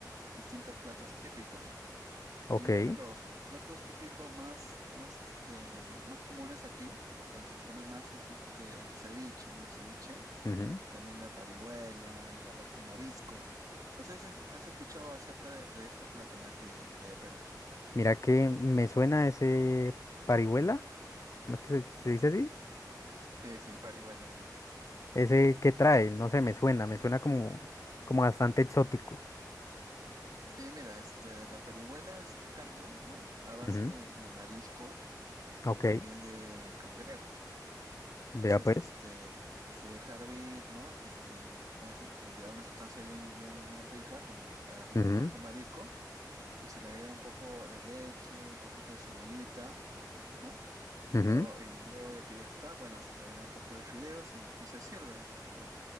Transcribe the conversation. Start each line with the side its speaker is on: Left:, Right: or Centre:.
Right: distintos platos típicos. Y
Left: ok.
Right: uno de los platos típicos más, más, este, más comunes aquí, donde se come más, es este, el ceviche, ¿no? El ceviche,
Left: ujú.
Right: también la parihuela, el arroz con marisco. No sé si has escuchado acerca de, de estos platos de aquí, de, de Perú.
Left: Mira que me suena ese parihuela, ¿cómo es que se, se dice así?
Right: Sí, sí, parihuela, sí.
Left: Ese que trae, no sé, me suena, me suena como, como bastante exótico.
Right: Sí, mira, este, la parihuela es un caldo, ¿no? A base
Left: Ujú,
Right: de, de mariscos y
Left: Ok,
Right: también de cangrejo. Entonces,
Left: vea pues.
Right: este, se deja hervir, ¿no? Este, con esa- que le da una sustancia bien, bien, bien rica con, al hervirlo
Left: Ujú,
Right: con estos mariscos y se le agrega un poco de leche, un poquito de cebollita, ¿no? Y
Left: ujú,
Right: luego, y luego que ya está, bueno, se le agrega un poco de fideos y, y se sirve, ¿no?